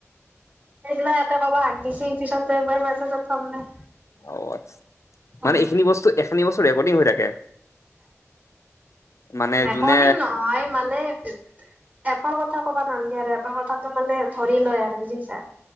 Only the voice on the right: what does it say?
সেইিঘিলাক ইয়াতে ক'ব দিছি পিছত এইবাৰ মেছেজত থাম দে।
অ'
ৰেকৰ্ডিং
নহয় মানে এপৰ কথা কবা নালাগে আৰু এপৰ কথাতে মানে ধৰি লয় আৰু বুজিছা